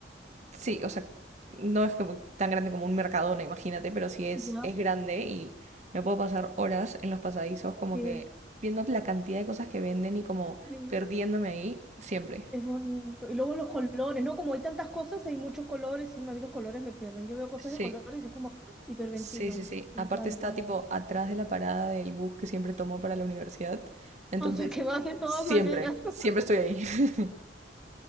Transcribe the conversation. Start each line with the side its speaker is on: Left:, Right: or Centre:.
Right: sí, o sea, no es como tan grande como un Mercadona, imagínate, pero sí es,
Centre: Ya.
Right: es grande y me puedo pasar horas en los pasadizos como
Centre: Sí,
Right: que viendo la cantidad de cosas que venden y como
Centre: sí,
Right: perdiéndome ahí siempre.
Centre: es bonito. Y luego los colores, ¿no? Como hay tantas cosas, hay muchos colores, y a mí los colores me pierden. Yo veo cosas
Right: Sí,
Centre: de colores y es como hiperventilo.
Right: sí, sí, sí.
Centre: Me
Right: Aparte
Centre: encanta.
Right: está tipo atrás de la parada del bus que siempre tomo para la universidad. Entonces,
Centre: O sea que vas de todas
Right: siempre,
Centre: maneras, <laughs>
Right: siempre estoy ahí. <laughs>